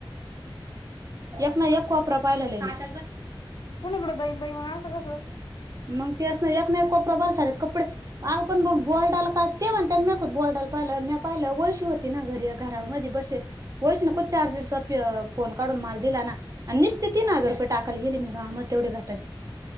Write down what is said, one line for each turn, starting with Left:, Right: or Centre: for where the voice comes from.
Right: एक नां एक कोपरां पाहिले लायाक
Left: कोणीकडे जाईन बाई मंग असं कसं
Right: मंग ते असं नाहीं एक नाहीं कोपरां बलं से कपडे अगं पणं बॉलडाल कां ते म्हणतांत मं खूंत बॉलडालां पाहिलं म पाहिलं वैयशू होती नां घरी घरांमध्ये बसेल वैशून खूदं चारर्जरचा फोन काढूंन मांल दिलां नां आणि निसते तीनं हजांर रुपये टाकायंला गेली मीगा मंग तेवढे घटांची